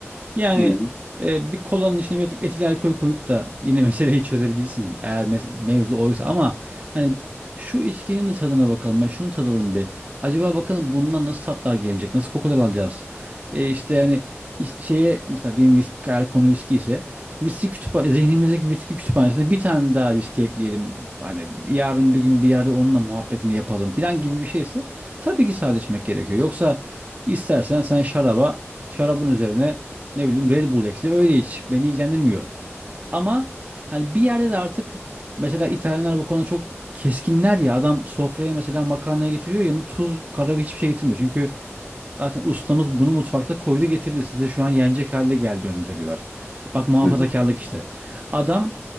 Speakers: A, on the right; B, on the left.
A: Yani
B: Hı hı,
A: e, bir kolanın içine birazcık etil alkol koyup da yine <laughs> meseleyi çözebilirsin eğer mes- mevzu oysa ama hani şu içkinin de tadına bakalım ya şunu tadalım bir. Acaba bakalım bundan nasıl tatlar gelecek? Nasıl kokular alacağız? E, işte yani iç- şeye mesela diyelim viski, eğer konu viski ise viski kütüphane, zihnimizdeki viski kütüphanesine bir tane daha viski ekleyelim. Hani yarın bir gün bir yerde onunla muhabbetini yapalım filan gibi bir şeyse tabii ki sade içmek gerekiyor. Yoksa istersen sen şaraba, şarabın üzerine ne bileyim Red Bull ekle öyle iç. Beni ilgilendirmiyor. Ama hani bir yerde de artık mesela İtalyanlar bu konuda çok keskinler ya. Adam sofraya mesela makarnaya getiriyor yanına tuz, karabiber hiçbir şey getirmiyor. Çünkü zaten ustamız bunu mutfakta koydu getirdi. Size şu an yenecek halde geldi önünüze diyorlar. Bak muhafazakarlık
B: hı hı,
A: işte. Adam